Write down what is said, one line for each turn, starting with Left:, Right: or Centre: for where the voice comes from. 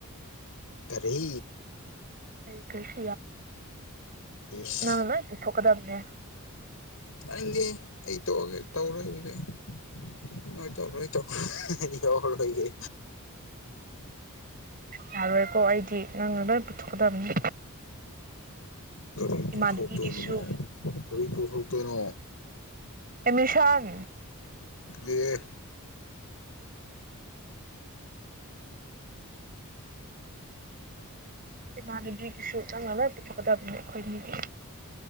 Left: ꯀꯔꯤ
Right: ꯑꯩ <inaudible>
Left: ꯏꯁ
Right: ꯅꯪꯅ ꯂꯣꯏ ꯄꯨꯊꯣꯛꯀꯗꯕꯅꯦ
Left: ꯇꯥꯅꯤꯡꯗꯦ ꯑꯩ ꯇꯣꯛꯑꯒꯦ ꯇꯧꯔꯣꯏ ꯑꯗꯨꯗꯤ <unintelligible> ꯅꯣꯏ ꯇꯧ ꯅꯣꯏ ꯇꯧ ꯑꯩ ꯌꯥꯎꯔꯔꯣꯏꯒꯦ
Right: ꯌꯔꯣꯏ ꯀꯣ ꯑꯩꯗꯤ ꯅꯪꯅ ꯂꯣꯏꯅ ꯄꯨꯊꯣꯛꯀꯗꯕꯅꯤ
Left: ꯀꯔꯤ ꯄꯨꯊꯣꯛꯇꯣꯏꯅꯣ
Right: ꯏꯃꯥꯟꯅꯕꯤꯒꯤꯁꯨ
Left: ꯀꯔꯤ ꯄꯨꯊꯣꯛꯇꯣꯏꯅꯣ
Right: ꯑꯦꯃꯤꯁꯟ
Left: ꯑꯦ
Right: ꯏꯃꯟꯅꯕꯤꯒꯤꯁꯨ ꯆꯪꯕ ꯂꯣꯏ ꯄꯨꯊꯣꯛꯀꯗꯕꯅꯦ ꯑꯩꯈꯣꯏꯅꯤꯒꯤ